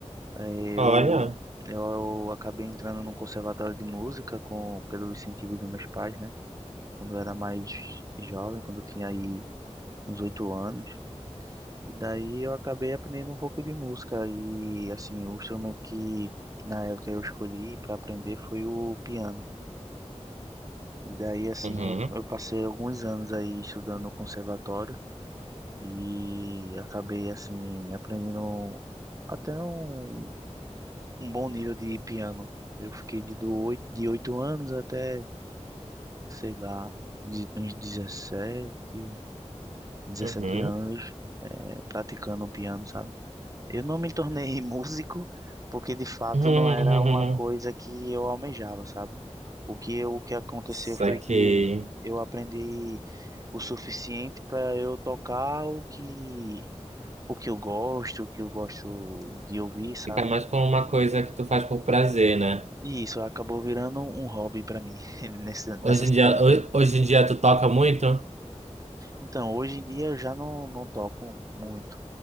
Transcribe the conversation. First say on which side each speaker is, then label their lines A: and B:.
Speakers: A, on the right; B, on the right.
A: Eh,
B: Olha.
A: Eu, eu acabei entrando no conservatório de música com, pelo incentivo dos meus pais, né? Quando eu era mais jovem, quando eu tinha aí uns oito anos. E daí eu acabei aprendendo um pouco de música. E assim, o instrumento que na época eu escolhi para aprender foi o piano. E daí, assim,
B: Uhum,
A: eu, eu passei alguns anos aí estudando no conservatório e acabei, assim, aprendendo até um um bom nível de piano. Eu fiquei de, do oito, de oito anos até, sei lá, de- uns 17, 17
B: uhum.
A: anos,
B: <laughs>
A: eh, praticando piano, sabe? Eu não me tornei <laughs> músico porque de fato
B: Uhum.
A: não era uma coisa que eu almejava, sabe? O que eu, o que aconteceu
B: Saquei.
A: foi que eu aprendi o suficiente para eu tocar o que o que eu gosto, o que eu gosto de ouvir, sabe?
B: Fica mais com uma coisa que tu faz por prazer, né?
A: E isso acabou virando um hobby para mim <laughs> nessa, nessa
B: Hoje
A: situação.
B: em dia, ho- hoje em dia tu toca muito?
A: Então, hoje em dia eu já não, não toco muito.